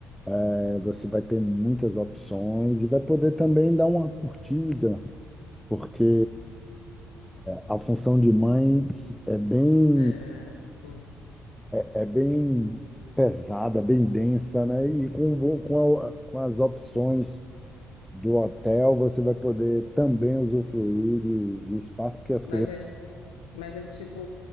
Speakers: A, in the centre; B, on the left.
A: É, você vai ter muitas opções e vai poder também dar uma curtida, porque a função de mãe é bem
B: É, sim.
A: é bem pesada, bem densa, né? E com, vo- com, a- com as opções do hotel, você vai poder também usufruir de, de espaço, porque as
B: Mas
A: crianças
B: é, mas é tipo,